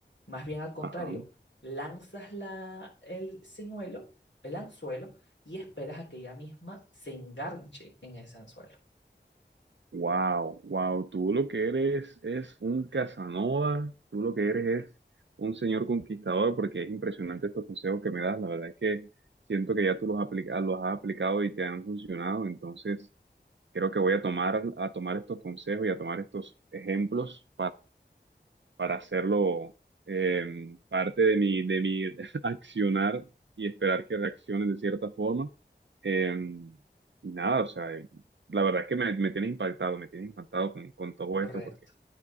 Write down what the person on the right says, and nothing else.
ajá.
Wow, wow, tú lo que eres es un Casanova, tú lo que eres es un señor conquistador, porque es impresionante estos consejos que me das. La verdad es que siento que ya tú los aplica- los has aplicado y te han funcionado. Entonces, creo que voy a tomar, a tomar estos consejos y a tomar estos ejemplos para hacerlo eh, parte de mi, de mi <laughs> accionar y esperar que reaccionen de cierta forma. Eh, y nada, o sea, eh, la verdad es que me, me tienes impactado, me tienes impactado con, con todo
esto, porque